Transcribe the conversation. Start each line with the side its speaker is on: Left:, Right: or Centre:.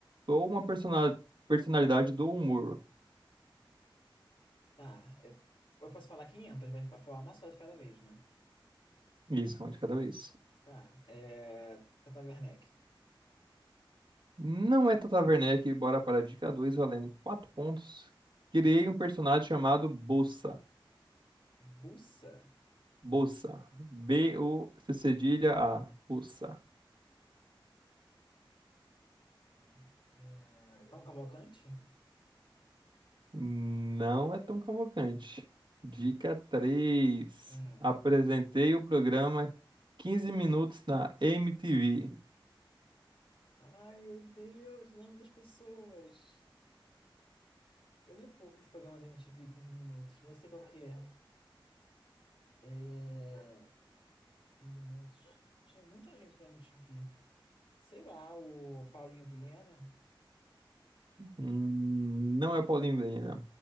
Right: Sou uma persona- personalidade do humor.
Left: tá, eu, eu posso falar 500, mas fa- falar uma só de cada vez, né?
Right: Isso, uma de cada vez.
Left: Tá, é... Tata Werneck.
Right: Não é Tata Werneck, bora para a dica 2 valendo 4 pontos. Criei um personagem chamado Bossa.
Left: Bussa?
Right: Bossa. b o c c a Bossa.
Left: Ah, É... Tom Cavalcante?
Right: Não é tão Cavalcante. Dica três:
Left: Hum.
Right: Apresentei o programa 15 minutos na MTV.
Left: Ai, meu Deus, o nome das pessoas. Eu vi pouco esse programa da MTV 15 minutos. Eu sei qual que é. É. 15 minutos. Tinha muita gente na MTV. Sei lá, o Paulinho Vilhena.
Right: Hum, não é Paulinho Vieira.